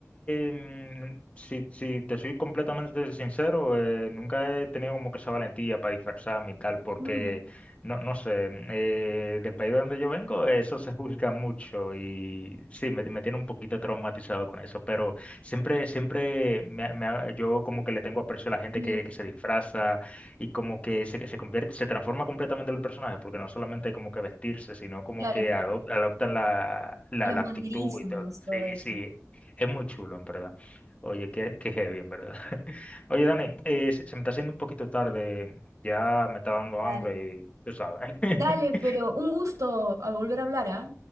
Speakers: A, on the left (about 25°); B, on the right (about 80°).
A: eh, si, si te soy completamente sincero, eh, nunca he tenido como que esa valentía para disfrazarme y tal, porque,
B: Mm,
A: no, no sé, eh, del país de donde yo vengo, eh, eso se juzga mucho y sí, me, me tiene un poquito traumatizado con eso, pero siempre, siempre me ha- me ha- yo como que le tengo aprecio a la gente
B: mm,
A: que, que se disfraza y como que se, se convierte, se transforma completamente el personaje, porque no solamente como que vestirse, sino como
B: claro.
A: que adop- adoptan la, la,
B: Los
A: la actitud
B: manierismos,
A: y todo.
B: todo
A: Sí,
B: eso.
A: sí, es muy chulo, en verdad. Oye, qué, qué heavy, en verdad. <laughs> Oye, Dani, eh, se, se me está haciendo un poquito tarde, ya me está dando
B: Dale.
A: hambre y tú sabes.
B: Dale,
A: <laughs>
B: pero un gusto al volver a hablar, ¿ah?